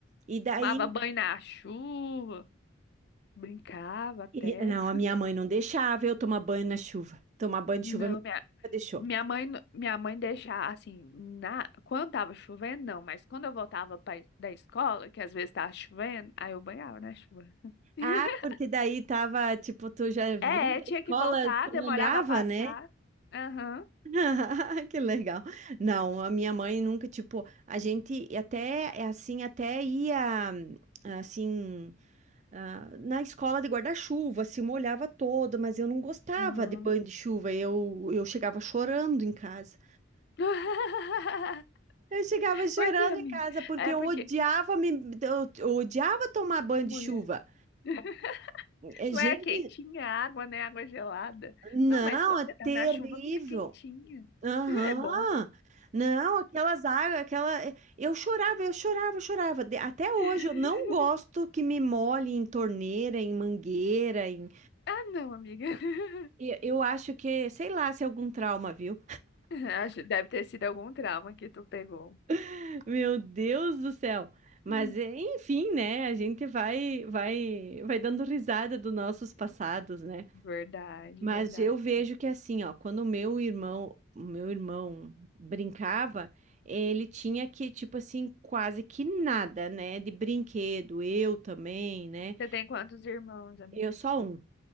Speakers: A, on the right; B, on the left.
A: E daí
B: Tomava banho na chuva, brincava até.
A: E- não, a minha mãe não deixava eu tomar banho na chuva. Tomar banho de
B: Não,
A: chuva, minha mãe
B: minha
A: nunca deixou.
B: Minha mãe, n- minha mãe deixava assim, na, quando tava chovendo, não, mas quando eu voltava pra, da escola, que às vezes tava chovendo, aí eu banhava na chuva. <laughs>
A: Ah, porque daí tava, tipo, tu já vinha
B: É,
A: da
B: tinha
A: escola,
B: que voltar,
A: tu
B: demorava
A: molhava,
B: a passar.
A: né?
B: Aham.
A: <laughs> Que legal. Não, a minha mãe nunca, tipo, a gente até, é assim, até ia, assim, ah, na escola de guarda-chuva, se molhava toda, mas eu não gostava
B: Aham.
A: de banho de chuva, eu, eu chegava chorando em casa.
B: <laughs>
A: Eu chegava chorando
B: Por quê, amiga?
A: em casa porque
B: É
A: eu
B: porque,
A: odiava me, eu, eu odiava tomar banho
B: mulher,
A: de chuva.
B: <laughs>
A: É,
B: não
A: gente,
B: é quentinha a água, né? Água gelada.
A: não,
B: Não, mas quando
A: é
B: você tá
A: terrível.
B: na chuva, fica quentinha.
A: Aham.
B: <laughs> É bom.
A: Não, aquelas águas, aquela. é, Eu chorava, eu chorava, eu chorava. De- Até hoje
B: <laughs>
A: eu não gosto que me molhe em torneira, em mangueira, em.
B: Ah, não, amiga. <laughs>
A: e- Eu acho que, sei lá, se é algum trauma, viu?
B: <laughs> Acho- Deve ter sido algum trauma que tu pegou.
A: <laughs> Meu Deus do céu. Mas
B: <laughs>
A: é, enfim, né? A gente vai, vai, vai dando risada dos nossos passados, né?
B: Verdade,
A: Mas
B: verdade.
A: eu vejo que assim, ó, quando o meu irmão, o meu irmão brincava, ele tinha que, tipo assim, quase que nada, né, de brinquedo, eu também, né?
B: Você tem quantos irmãos, amiga?
A: Eu só um.